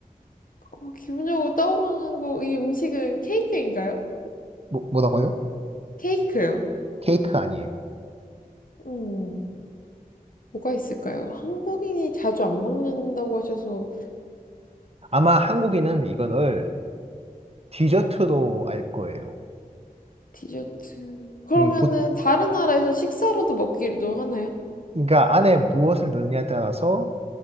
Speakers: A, on the left; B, on the right.
A: 어, 기본적으로 떠오르는 거, 이 음식은 케이크인가요?
B: 뭐, 뭐라고요?
A: 케이크요.
B: 케이크 아니에요.
A: 음, 뭐가 있을까요? 한국인이 자주 안 먹는다고 하셔서
B: 아마 한국인은 이거를 디저트로 알 거예요.
A: 디저트. 그러면은
B: 음, 보,
A: 다른 나라에서 식사로도 먹기도 하나요?
B: 그러니까 안에 무엇을 넣느냐에 따라서